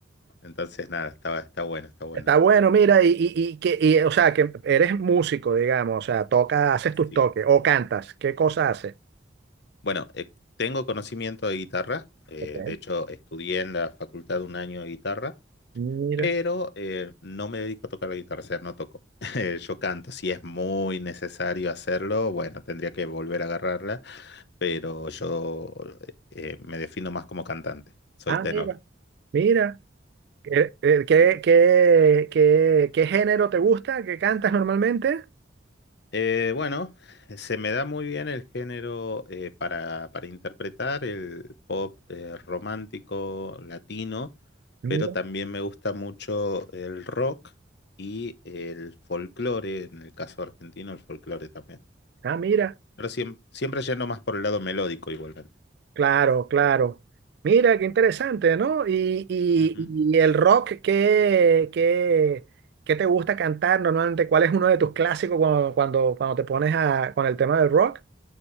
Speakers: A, on the left; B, on the right.
A: entonces nada, está, está bueno, está bueno.
B: Está bueno, mira, y, y, y que, y, o sea, que eres músico, digamos, o sea, toca, haces
A: Sí.
B: tus toques o cantas. ¿Qué cosa haces?
A: Bueno, eh, tengo conocimiento de guitarra, eh,
B: Ok,
A: de hecho estudié en la facultad un año de guitarra.
B: Mira,
A: Pero eh, no me dedico a tocar la guitarra, o sea, no toco. <laughs> Eh, Yo canto, si es muy necesario hacerlo, bueno, tendría que volver a agarrarla, pero yo eh, me defino más como cantante, soy
B: ah,
A: tenor.
B: mira, mira. ¿Qué, eh, qué,
A: Sí, sí, sí.
B: qué, qué- qué género te gusta? ¿Qué cantas normalmente?
A: Eh, bueno, se me da muy bien el género eh, para, para interpretar el pop eh, romántico latino,
B: Mira.
A: pero también me gusta mucho el rock y el folclore, en el caso argentino, el folclore también.
B: Ah, mira,
A: Pero siem- siempre yendo más por el lado melódico igualmente.
B: claro, claro. Mira, qué interesante, ¿no? Y, y,
A: Ujú.
B: y el rock, ¿qué, qué, qué te gusta cantar normalmente? ¿Cuál es uno de tus clásicos cuando, cuando, cuando te pones a, con el tema del rock?